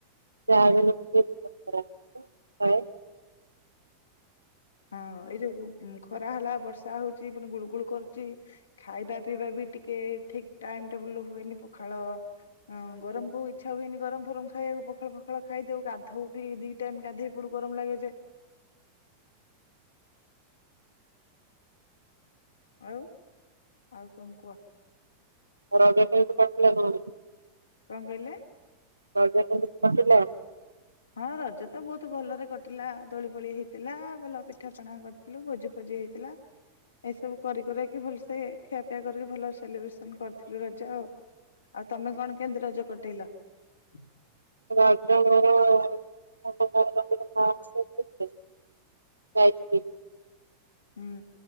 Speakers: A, on the right; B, on the left.
A: ଯାହା ହେଲେ <inaudible>
B: ହଁ ଏଇ ଯୋଉ ଖରା ହେଲା ବର୍ଷା ହଉଛି ପୁଣି ଗୁଳୁ ଗୁଳ କରୁଛି ଖାଇବା ପିଇବା ବି ଟିକେ ଠିକ ଟାଇମ ଟେବୁଲ ହୁଏନି ପଖାଳ ଗରମ କୁ ଇଛା ହୁଏନି ଗରମ ଫରମ ଖାଇବାକୁ ପଖାଳ ଫଖାଳ ଖାଇଦଉ ଗାଧଉ ବି ଦି ଟାଇମ ଗାଧୋଇ ପଡୁ ଗରମ ଲାଗେ ଯେ ଆଉ ଆଉ କଣ କୁହ?
A: <unintelligible>
B: କଣ କହିଲେ?
A: ରଜ କେମିତି କାଟିଲା?
B: ହଁ ରଜ ତ ବହୁତ ଭଲରେ କଟିଲା ଦୋଳି ପୋଳି ହେଇଥିଲା ଭଲ ପିଠା ପଣା କରିଥିଲୁ ଭୋଜି ଫୋଜି ହେଇଥିଲା ଏଇସବୁ କରି କୁରାକି ଭଲ ସେ ଖିଆ ପିଆ କରିକି ଭଲ ସେଲିବ୍ରେସନ କରିଥିଲୁ ରଜ ଆଉ ଆଉ ତମେ କଣ କେମିତି ରଜ କଟେଇଲ? <inaudible>
A: <unintelligible>
B: ହୁଁ